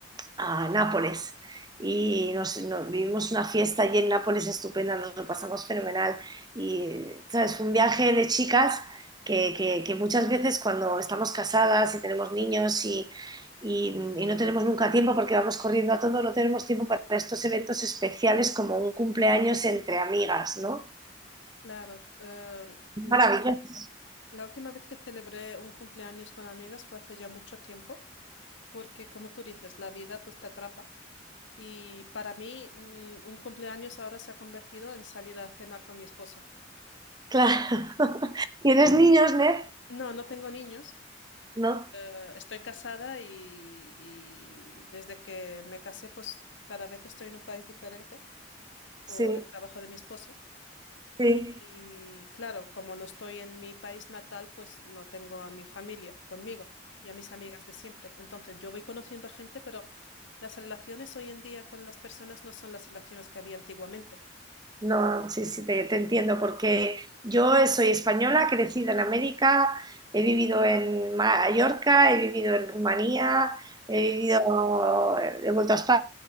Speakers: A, on the right (about 20°); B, on the left (about 85°).
A: a Nápoles y nos, nos- vivimos una fiesta allí en Nápoles estupenda, nos lo pasamos fenomenal y, ¿sabes? Fue un viaje de chicas que, que- que muchas veces cuando estamos casadas y tenemos niños y, y- y no tenemos nunca tiempo porque vamos corriendo a todo, no tenemos tiempo para estos eventos especiales como un cumpleaños entre amigas, ¿no?
B: Claro, eh, la,
A: Maravilloso,
B: ul- la última vez que celebré un cumpleaños con amigas fue hace ya mucho tiempo, porque como tú dices, la vida pues te atrapa. Y para mí un, un cumpleaños ahora se ha convertido en salir a cenar con mi esposo.
A: claro. <laughs> ¿Tienes niños, Ned?
B: No, no tengo niños,
A: No,
B: eh, estoy casada y, y desde que me casé pues cada vez estoy en un país diferente por
A: sí,
B: el trabajo de mi esposo.
A: sí.
B: Y, y, claro, como no estoy en mi país natal, pues no tengo a mi familia conmigo y a mis amigas de siempre. Entonces yo voy conociendo a gente, pero las relaciones hoy en día con las personas no son las relaciones que había antiguamente.
A: No, sí, sí, te, te entiendo, porque yo soy española, crecida en América, he vivido en Mallorca, he vivido en Rumanía, he vivido, he vuelto a España,